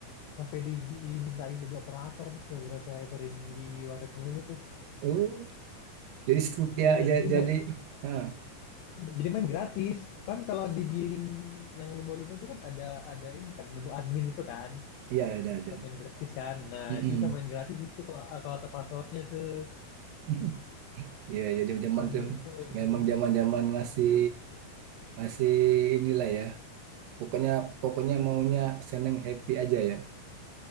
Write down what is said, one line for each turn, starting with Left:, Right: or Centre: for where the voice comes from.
Left: sampai di- dimintain jadi operator, Mas, gara-gara saya sering di warnet mulu tuh.
Right: Oh, jadi scoop ya,
Left: Iya,
Right: ja-
Left: jadi
Right: jadi,
Left: main,
Right: ah,
Left: jadi main gratis. Kan kalau di billing yang lumba-lumba itu kan ada ada ini kan menu admin itu kan
Right: iya ada ada.
Left: buat main gratis kan. Nah,
Right: Mm-mm.
Left: itu bisa main gratis itu kalau kalau ada passwordnya tuh.
Right: <laughs> Iya, jadi
Left: Zaman
Right: zaman tuh
Left: dulu tuh enak
Right: memang
Left: banget.
Right: zaman-zaman masih masih inilah ya pokoknya pokoknya maunya seneng happy aja ya